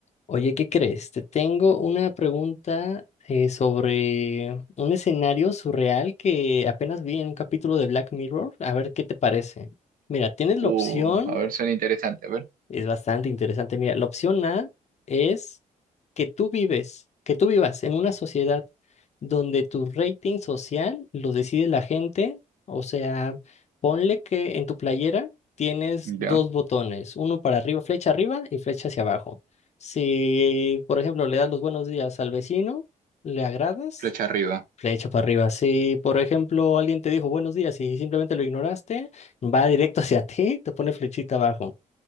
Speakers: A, on the left; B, on the right.
A: Oye, ¿qué crees? Te tengo una pregunta eh, sobre un escenario surreal que apenas vi en un capítulo de Black Mirror. A ver qué te parece. Mira, tienes
B: Uh,
A: la opción
B: a ver, suena interesante, a ver.
A: es bastante interesante. Mira, la opción A es que tú vives, que tú vivas en una sociedad donde tu rating social lo decide la gente. O sea, ponle que en tu playera tienes
B: Ya,
A: dos botones, uno para arriba, flecha arriba y flecha hacia abajo. Si, por ejemplo, le das los buenos días al vecino, le agradas,
B: flecha arriba.
A: flecha para arriba. Si, por ejemplo, alguien te dijo buenos días y simplemente lo ignoraste, va directo <laughs> hacia ti, te pone flechita abajo.